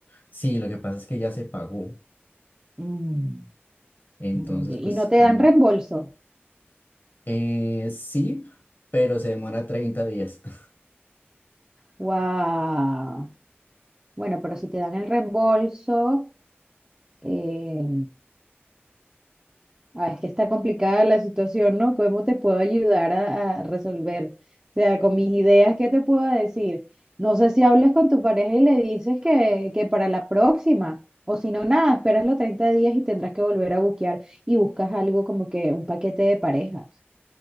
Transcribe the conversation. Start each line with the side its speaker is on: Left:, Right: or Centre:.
Left: Sí, lo que pasa es que ya se pagó.
Right: Mm,
Left: Entonces,
Right: muy bien.
Left: pues
Right: Y no te
Left: cuando...
Right: dan reembolso.
Left: Eh, sí, pero se demora 30 días. <laughs>
Right: Wow. Bueno, pero si te dan el reembolso, eh, ah, es que está complicada la situación, ¿no? ¿Cómo te puedo ayudar a, a resolver? O sea, con mis ideas, ¿qué te puedo decir? No sé si hablas con tu pareja y le dices que, que para la próxima, o si no, nada, esperas los 30 días y tendrás que volver a buquear y buscas algo como que un paquete de parejas.